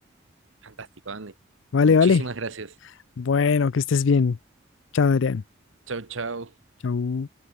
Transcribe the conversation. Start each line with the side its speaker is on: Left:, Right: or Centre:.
Right: Fantástico, Andy.
Left: Vale,
Right: Muchísimas
Left: vale.
Right: gracias.
Left: Bueno, que estés bien. Chao, Adrián.
Right: Chau, chau.
Left: Chao.